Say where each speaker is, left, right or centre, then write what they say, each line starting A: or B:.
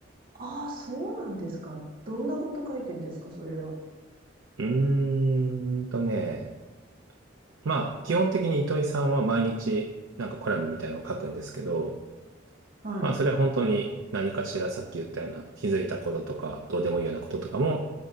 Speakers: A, on the right; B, on the right.
A: ああ、そうなんですか。どんなこと書いてんですか、それは。
B: うーんとね、まあ、基本的に糸井さんは毎日なんかコラムみたいなのを書くんですけど、
A: はい。
B: まあ、それは本当に何かしらさっき言ったような気づいたこととか、どうでもいいようなこととかも